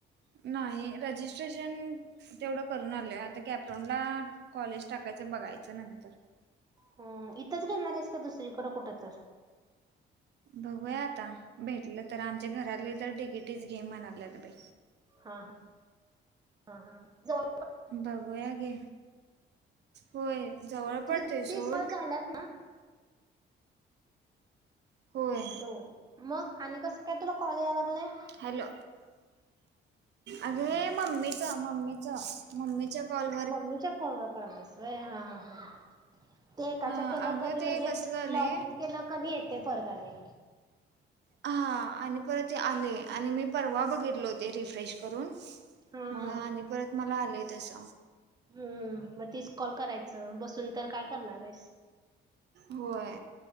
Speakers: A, on the right; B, on the right.
A: नाही रजिस्ट्रेशन तेवढं करून आलेय आहे आता कॅप राऊंडला कॉलेज टाकायचं बघायच नंतर
B: हम इथंच घेणारस का दुसरीकडं कुठं तर
A: बघूया आता भेटलं तर आमच्या घराले तर तिकिटीच घे म्हणाल्यात बाई
B: हा ह हा ह जण
A: बघूया की होय जवळ पडतय
B: तुझे तीस
A: सोड
B: कॉल झाल्यात ना
A: होय
B: लो मग आणि कसं काय तुला कॉल यायला लागलाय
A: हॅलो अगं मम्मीचा मम्मीचा मम्मीच्या कॉल
B: मम्मीच्या फोन वर करायलेस व्हय हा हा ते एकाच्या
A: हा
B: केलं
A: अगं
B: कनी म्हणजे
A: ते कसं झालंय
B: लॉगिन केलं कनी येते परतानी
A: हा आणि परत ते आले आणि मी परवा बघितलो हो ते रिफ्रेश करून
B: हा
A: मग
B: हा
A: आणि परत मला आलंय तस
B: हम्म मग तीस कॉल करायचं बसून तर काय करणार आहेस
A: होय